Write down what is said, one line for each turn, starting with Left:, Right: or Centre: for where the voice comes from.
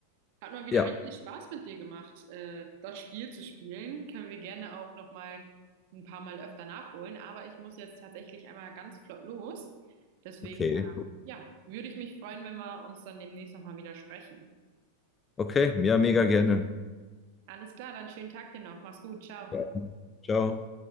Right: Hat mal wieder
Left: Ja.
Right: richtig Spaß mit dir gemacht, äh, das Spiel zu spielen. Können wir gerne auch noch mal ein paar Mal öfter nachholen. Aber ich muss jetzt tatsächlich einmal ganz flott los. Deswegen,
Left: Okay.
Right: ähm, ja, würde ich mich freuen, wenn wir uns dann demnächst noch mal wieder sprechen.
Left: Okay, ja, mega gerne.
Right: Alles klar, dann schönen Tag dir noch. Mach's gut, ciao.
Left: Ja. Ciao.